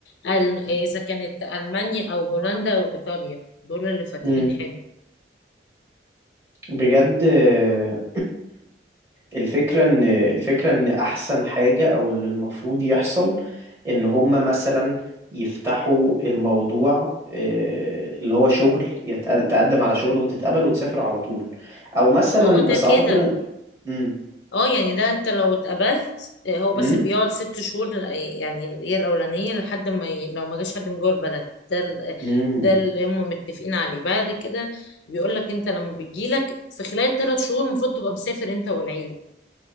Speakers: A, on the left; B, on the right.
A: ال- إذا كانت ألمانيا أو هولندا أو إيطاليا دول اللي فاتحين
B: امم
A: حلو
B: بجد <clears throat> الفكرة ان الفكرة ان احسن حاجة او اللي المفروض يحصل ان هما مثلا يفتحوا الموضوع آه، اللي هو شغل يتق- تقدم على شغل وتتقبل وتسافر على طول او مثلا
A: ما هو ده
B: بس
A: كده
B: اعتقد ان امم
A: اه يعني ده انت لو اتقبلت آه، هو بس
B: امم
A: بيقعد ست شهور ل- يعني هي الاولانيه لحد ما ي... لو ما جاش حد من جوه البلد ده ال... آه،
B: امم
A: ده اللي هم متفقين عليه بعد كده بيقول لك انت لما بتجيلك في خلال ثلاث شهور المفروض تبقى مسافر انت والعيله